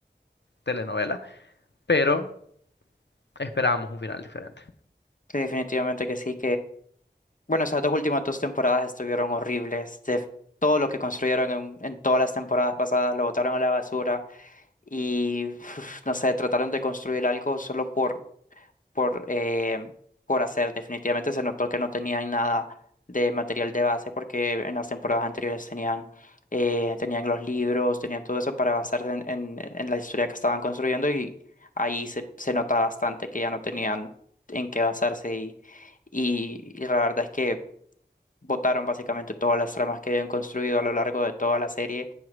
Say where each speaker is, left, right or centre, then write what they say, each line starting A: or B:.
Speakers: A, on the left (about 80°); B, on the left (about 50°).
A: telenovela, pero esperábamos un final diferente.
B: Sí, definitivamente que sí, Bueno, esas dos últimas dos temporadas estuvieron horribles. De todo lo que construyeron en, en todas las temporadas pasadas lo botaron a la basura y uf, no sé, trataron de construir algo solo por por eh, por hacer. Definitivamente se notó que no tenían nada de material de base porque en las temporadas anteriores tenían eh, tenían los libros, tenían todo eso para basarse en, en, en la historia que estaban construyendo y ahí se, se nota bastante que ya no tenían en qué basarse y, y y la verdad es que botaron básicamente todas las tramas que habían construido a lo largo de toda la serie.